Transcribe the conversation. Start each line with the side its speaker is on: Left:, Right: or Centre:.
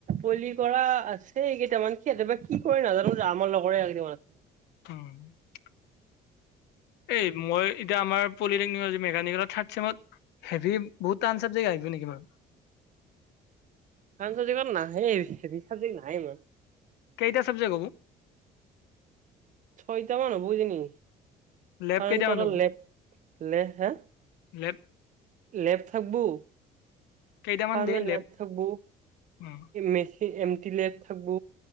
Right: পলি কৰা আছে কেইটামান সিহঁতে বা কি কৰে নাজানোঁ, আমাৰ লগৰে কেইটামান আছে।
Left: অ'। এই মই এতিয়া আমাৰ পলিটেকনিকৰ যি মেকানিকেলৰ থাৰ্ড চেমত হেভি বহুত টান চাবজেক্ট আহিব নেকি বাৰু?
Right: টান চাবজেক্ট ইমান নাহে, হেবি চাবজেক্ট নাহে ইমান।
Left: কেইটা চাবজেক্ট হ'ব?
Right: ছয়টা মান হ'ব কিজানি।
Left: লেব
Right: কাৰণ
Left: কেইটামান
Right: তহঁতৰ
Left: হ'ব?
Right: লেব, লে হা,
Left: লেব
Right: লেপ থাকব'।
Left: কেইটামান
Right: থাৰ্মেল
Left: দেই
Right: লেপ
Left: লেব?
Right: থাকব
Left: উম,
Right: মেচ এমটি লেপ থাকব।